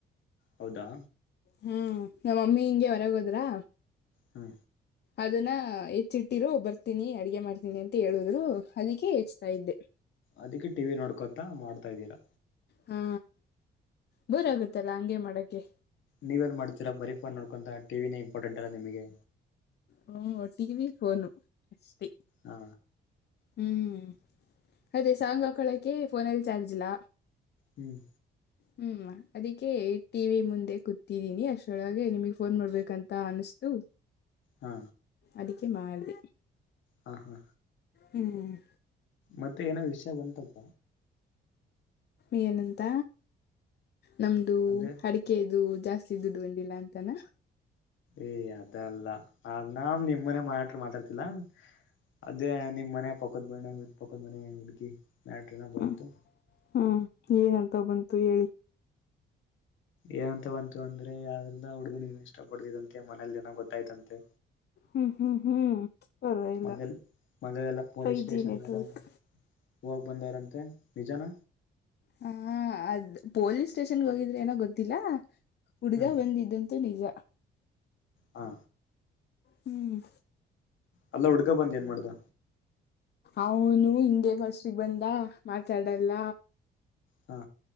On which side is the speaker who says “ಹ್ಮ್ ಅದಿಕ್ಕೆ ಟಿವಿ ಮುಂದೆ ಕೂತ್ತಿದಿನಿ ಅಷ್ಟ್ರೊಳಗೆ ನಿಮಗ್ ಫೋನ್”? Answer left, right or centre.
Left